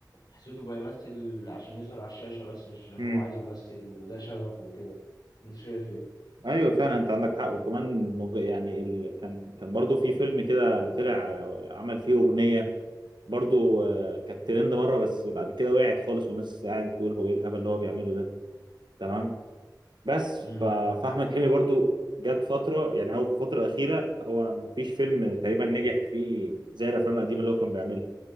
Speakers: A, on the left; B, on the right.
A: حسيته بيمثل عشان يظهر على الشاشه بس مش عشان
B: امم
A: هو عايز يمثل وده شغفه وكده انت شايف ايه؟
B: ايوه فعلا انت عندك حق وكمان مج... يعني ال... كان كان برضو في فيلم كده طلع آه، عمل فيه اغنيه برضو آه، كانت ترند مره بس بعد كده وقعت خالص والناس قاعده تقول هو ايه الهبل اللي هو بيعمله ده تمام بس
A: امم
B: ف... فاحمد حلمي برضو جت فتره يعني هو في الفتره الاخيره هو مفيش فيلم تقريبا نجح فيه زي الافلام القديمه اللي هو كان بيعملها